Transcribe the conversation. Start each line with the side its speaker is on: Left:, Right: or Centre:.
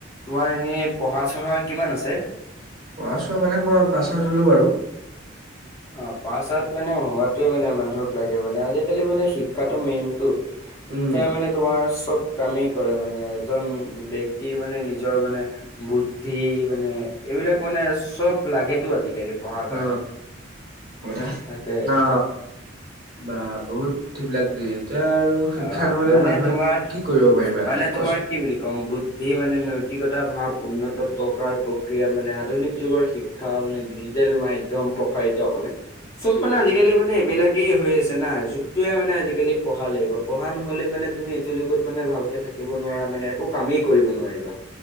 Left: তোমাৰ এনেই পঢ়া-চহা কিমান আছে?
Right: পঢ়া-চহা মানে মই পাছ আউট হ'লো বাৰু।
Left: অ পাছ আউট মানে হোৱাটোৱেই মানে মানুহক লাগে মানে আজিকালি মানে শিক্ষাটো মেইনটো। শিক্ষাই
Right: উম
Left: মানে তোমাৰ চব কামেই কৰে মানে এজন ব্যক্তিৰ মানে নিজৰ মানে বুদ্ধি মানে এইবিলাক মানে চব লাগেটো আজিকালি। পঢ়াৰ
Right: অ।
Left: কাৰণে
Right: দা
Left: তাকে
Right: অ বা বহুত সেইবিলাক দিয়ে এতিয়া আৰু শিক্ষা
Left: অ,
Right: নহ'লে
Left: মানে
Right: মানুহে
Left: তোমাৰ
Right: কি কৰিব পাৰিবা
Left: মানে
Right: এতিয়া
Left: তোমাৰ
Right: কোৱাচোন
Left: কি বুলি ক'ম বুদ্ধ বুদ্ধি মানে নৈতিকতা ভাৱ উন্নত প্ৰকাৰৰ প্ৰক্ৰিয়া মানে আধুনিক যুগৰ শি শিক্ষা মানে ডিজিটেল মাধ্যয়ম প্ৰসাৰিত মানে। চব মানে আজিকালি মানে এইবিলাকেই হৈ আছে না যুগটোৱে মানে আজিকালি পঢ়া লাগিব। পঢ়া নহ'লে মানে তুমি এইটো যুগত মানে ভালকে থাকিব নোৱাৰা মানে একো কামেই কৰিব নোৱাৰিবা।